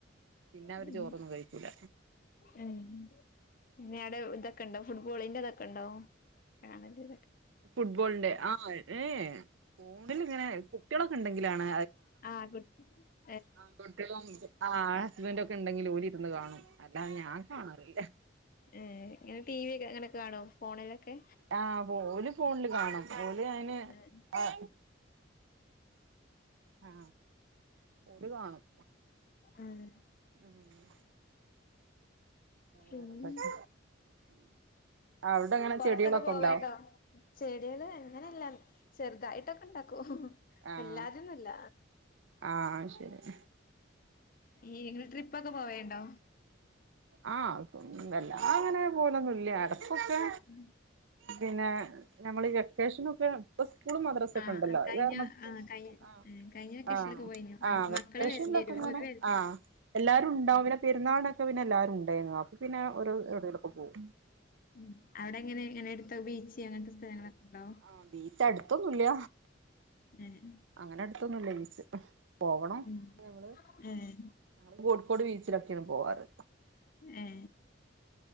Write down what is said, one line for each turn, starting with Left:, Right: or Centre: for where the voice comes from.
Right: പിന്നെ അവര്
Left: ഉം
Right: ചോറൊന്നും കഴിക്കൂല
Left: ഉം പിന്നെ ടെ തൊക്കെ ണ്ടോ ഫുട്ബോളിന്റെ തൊക്കെ ണ്ടോ കാണല് തൊക്കെ
Right: ഫുട്ബോൾ ന്റെ ആ ഏ ഫോണിൽങ്ങനെ കുട്ടികളൊക്കെ ഉണ്ടെങ്കിലാണ്
Left: ആ കുട്ട്
Right: ആ കുട്ടികളും ആ ആ ഹസ്ബന്റൊക്കെ ണ്ടെങ്കില് ഓലിര്ന്ന് കാണും അല്ലാതെ ഞാൻ കാണലില്ല
Left: ഏ ഇങ്ങനെ ടി വി ക്കെ അങ്ങനെ കാണോ ഫോണ്ലൊക്കെ
Right: ആ ഓല് ഫോണ്ല് കാണും ഓല് അയ്ന്
Left: ആഹ്
Right: ഏ ആ ഓല് കാണും
Left: ആഹ്
Right: ഉം ഉം ഉം വേറെന്തക്ക
Left: പിന്നെ
Right: അവ്ടെങ്ങനെ
Left: പൊറത്തൊക്കെ
Right: ചെടികളൊക്കെ
Left: പോവേണ്ടോ?
Right: ണ്ടാ
Left: ചെടികള് അങ്ങനെല്ലാ ചെറുതായിട്ടൊക്കെ ഉണ്ടാക്കൂ
Right: ആഹ്
Left: വല്ലാതെന്നുല്ല
Right: ആഹ് ശരി
Left: ഈ ങ്ങള് ട്രിപ്പൊക്കെ പോവല്ണ്ടോ
Right: ആ വല്ലാതെങ്ങനെ പോവലൊന്നുംല്ല്യ എടക്കൊക്കെ
Left: ഉം
Right: പിന്നെ നമ്മളികെ കേഷനൊക്കെ പ്പ സ്കൂളും മദ്രസക്കെ
Left: ആഹ്
Right: ണ്ടല്ലോ
Left: കഴിഞ്ഞ
Right: അതുകാരണം പ്പോ
Left: ആഹ് കഴി
Right: ആ
Left: കഴിഞ്ഞ വെക്കേഷനിലൊക്കെ
Right: ആ
Left: പോയിനോ
Right: ആ വെക്കെഷൻലൊക്ക
Left: മക്കള് വരേണ്ടി വരും
Right: ങ്ങനെ
Left: ഓല് വര്
Right: ആ എല്ലാരും ണ്ടാവും പിന്നെ പെരുന്നാൾനൊക്കെ പിന്നെ എല്ലാരും ണ്ടെയ്നു അപ്പൊ പിന്നെ ഓരോ എവ്ടേ ലൊക്കെ പോവും
Left: ഉം അവ്ടെ ങ്ങനെ ങ്ങനെട്ത്ത് ബീച്ച് അങ്ങൻത്തെ സ്ഥലങ്ങളൊക്കെണ്ടാവോ
Right: ആ ബീച്ച് അട്ത്തൊന്നുല്ല
Left: ഉം
Right: അങ്ങനെ അടുത്തൊന്നുംല്ല ബീച്ച് പോകണം
Left: ഉം
Right: ഞങ്ങള്
Left: ഏഹ്
Right: ഞങ്ങള് കോഴിക്കോട് ബീച്ചിലൊക്കെണ് പോവാറ്
Left: എ ഏ